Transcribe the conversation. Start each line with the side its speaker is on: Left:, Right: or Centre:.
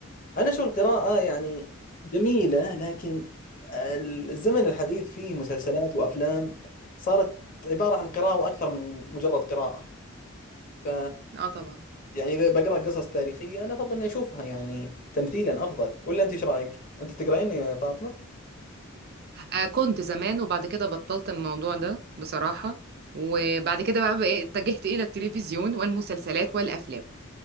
Left: أنا أشوف القراءة يعني جميلة لكن الزمن الحديث فيه مسلسلات وأفلام صارت عبارة عن قراءة أكثر من مجرد قراءة ف
Right: اه طبعا
Left: يعني إذا بقرأ قصص تاريخية أنا أفضل إني أشوفها يعني تمثيلا أفضل ولا أنت إيش رأيك؟ أنت تقرأين يا فاطمة؟
Right: آه كنت زمان وبعد كده بطلت الموضوع ده بصراحه وبعد كده بقى بقى اتجهت الى التلفزيون والمسلسلات والافلام